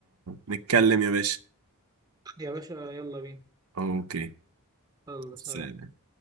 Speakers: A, on the right; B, on the right.
A: ونتكلم يا باشا
B: يا باشا يلا بينا
A: أوكي
B: يلا سلام
A: سلام